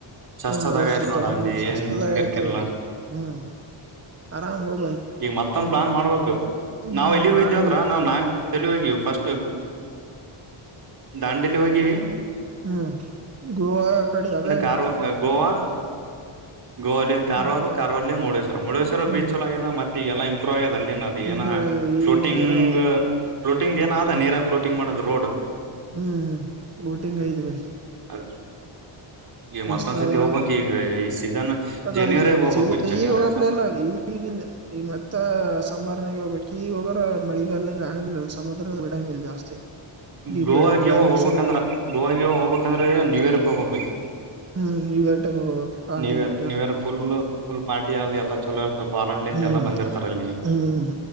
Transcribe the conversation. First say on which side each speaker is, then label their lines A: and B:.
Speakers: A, on the right; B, on the right.
A: ಸಸ್ತದಾಗ
B: ನಮ್ದ ದೋಸ್ತ್
A: ಆಯ್ತ್
B: ಇದ್ದ
A: ನೋಡ
B: ಅವ್ನು
A: ಅಲ್ಲಿ
B: ಮಸ್ತ್
A: ಏನ್
B: ರಸ್ತೆದಾಗ
A: ಕಿರಿಕಿರಿಲ್ಲ
B: ಆಯ್ತ ಏನೋ ಹ್ಮ್ ಆರಾಮ ಹೋಗ
A: ಈಗ ಮತ್ತೊಂದು ಪ್ಲಾನ್ ಮಾಡಬೇಕು
B: ಹ್ಮ್
A: ನಾವ್ ಎಲ್ಲಿಗ
B: ಮಾಡಿ
A: ಹೋಗಿವಂದ್ರ
B: ಹೋಗು
A: ನಾವ್ ನಾ ಯಲ್ಲೊಗಿವ್ ಫಸ್ಟ್ ದಾಂಡಲಿ ಹೋಗವಿ.
B: ಹ್ಮ್ ಗೋವಾ ಕಡೆ ಅದೇ
A: ಕಾರ್ವ ಗೋವಾ ಗೋವಾಲಿಂದ ಕಾರವಾರ
B: ಹ್ಮ್
A: ಕಾರವರಳಿಂದ ಮುರುಡೇಶ್ವರ ಮುರುಡೇಶ್ವರ
B: ಹ್ಮ್
A: ಬೀಚ್ ಚಲಾಗಿದೆ ಮತ್ ಈಗ ಎಲ್ಲಾ ಇಂಪ್ರೂವ್ ಆಗ್ಯದ ಅಲ್ಲಿನ ಅದು ಏನ
B: ಇಂಪ್ರೂವ್ ಆದ ಈಗನ್
A: ಶೂಟಿಂಗ್
B: ಜರ
A: ಪ್ಲೋಟಿಂಗ ಏನಾದ ನೀರ ಫ್ಲೋಟಿಂಗ್ ಮಾಡದು ರೋಡ್ -
B: ಹ್ಮ್ ಹ್ಮ್ ಬೋಟಿಂಗ್ ಐದ್ ಇವೆ.
A: ಅದ ಈ ಮತ್ತೊಂದ್ಸತಿ
B: ಮಸ್ತ್ ಅದ
A: ಹೋಗ್ಬೇಕ ಈಗ ಈ ಸೀಸನ್
B: <unintelligible>
A: ಜನಿವರಿ ಹೋಗ್ಬಕ್
B: ಸೀಸನ್
A: ಬೈ ಜನಿವರಿ
B: ಈಗ ಹೋಗೋ ಪ್ಲಾನ್ ಇಲ್ಲ ಈಗಿಲ್ಲ. ಈ ಮತ್ತ ಸುಮ್ಮರನ್ಯಾಗ ಹೋಗ್ಬೇಕ ಈಗ ಹೋಗರ ಮಳಿಗಾಲದಾಗ ಆಗಂಗಿಲ್ಲ ಸಮುದ್ರದ ಬಿಡಂಗಿಲ್ಲ ಜಾಸ್ತಿ. ದೀಪ್
A: ಗೋವಾಗಿವಾ
B: ಬಿಡಂಗಿಲ್ಲ ಅಲ್ಲೇ
A: ಹೋಗ್ಬೇಕಂದ್ರ
B: ಸುಮ್ಮ್ನೆ
A: ಗೋವಾಗಿವಾ ಹೋಗ್ಬೇಕಂದ್ರ ನ್ಯೂ ಇಯರ್ಕ್ ಹೋಗ್ಬೇಕ ಭೈ.
B: ಹ್ಮ್ ನ್ಯೂ ಇಯರ್ ಟೈಮ್ ಹೋಗೋದ ಪಾರ್ಟಿಗೆ
A: ನ್ಯೂ year new year full full party ಆದು ಎಲ್ಲ ಚಲೋ ಫಾರನ್ಲಂದ
B: ಹ್ಮ್
A: ಎಲ್ಲ ಬಂದಿರ್ತಾರ ಅಲ್ಲಿ
B: ಹ್ಮ್